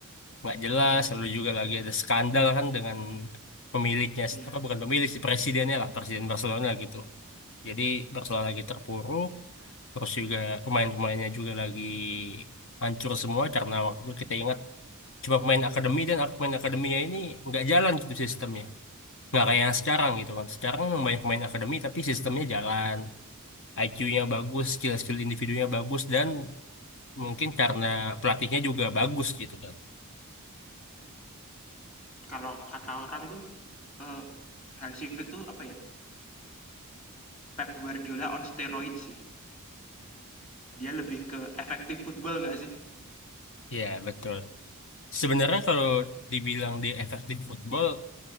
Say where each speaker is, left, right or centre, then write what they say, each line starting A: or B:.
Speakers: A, on the left (about 60°); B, on the left (about 35°).
A: nggak jelas, lalu juga lagi ada skandal kan dengan pemiliknya
B: Iya.
A: apa bukan pemilik sih presidennya lah, presiden Barcelona gitu. Jadi Barcelona lagi terpuruk, terus juga pemain-pemainnya juga lagi hancur semua karena waktu itu kita ingat cuma pemain akademi dan ak- pemain akademinya ini nggak jalan gitu sistemnya. Nggak kayak yang sekarang gitu kan. Sekarang memang banyak pemain akademi tapi sistemnya jalan. IQ-nya bagus, skill-skill individunya bagus, dan mungkin karena pelatihnya juga bagus gitu kan.
B: Kalau kata orang tuh, eee, Hansi Flick tuh apa ya, Pep Guardiola on steroid sih. Dia lebih ke efektif football nggak sih?
A: Ya, betul. Sebenarnya kalau dibilang dia efektif football,